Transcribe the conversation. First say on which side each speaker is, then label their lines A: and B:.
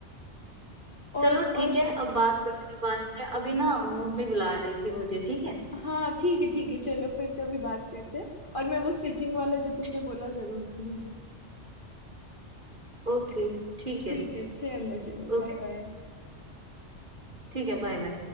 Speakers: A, on the left; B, on the right.
A: और
B: चलो ठीक
A: और
B: है अब बात करते हैं बाद में अभी ना मम्मी बुला रही थी मुझे ठीक है
A: हाँ ठीक है ठीक है चलो फिर कभी बात करते हैं और मैं वो स्टिचिंग वाला जो तुमने
B: ठीक
A: बोला जरूर करूंगी
B: ओके ठीक
A: ठीक
B: है
A: है चलो चलो
B: ओके
A: बाय बाय
B: ठीक है बाय बाय